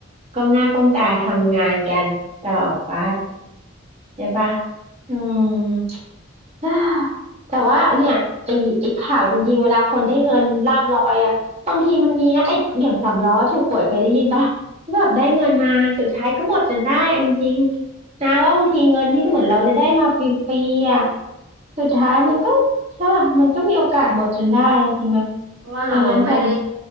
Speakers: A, on the right; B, on the right.
A: ก้มหน้าก้มตาทำงานกันต่อไปใช่ปะอืม อ่าแต่ว่าเนี่ยไอ้ไอ้ข่าวจริงๆเวลาคนได้เงินลาภลอยอ่ะบางทีมันมีนะไอ้อย่างสามล้อถูกหวยเคยได้ยินปะที่แบบได้เงินมาสุดท้ายก็หมดจนได้เอาจริงๆนะว่าบางทีเงินที่เหมือนเราจะได้มาฟรีๆอ่ะสุดท้ายมันก็ใช่ปะมันก็มีโอกาสหมดจนได้จริงไหม
B: เพราะว่าเราไม่ได้
A: ดังนั้นตอน